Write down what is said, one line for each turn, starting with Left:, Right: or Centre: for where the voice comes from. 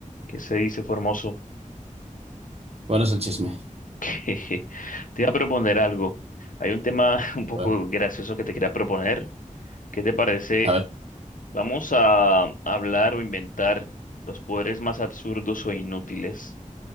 Left: ¿Qué se dice, Formoso?
Right: ¿Cuál es el chisme?
Left: <laughs> Te iba a proponer algo. Hay un tema <laughs> un poco
Right: A ver.
Left: gracioso que te quería proponer. ¿Qué te parece?
Right: A ver.
Left: Vamos a hablar o inventar los poderes más absurdos o inútiles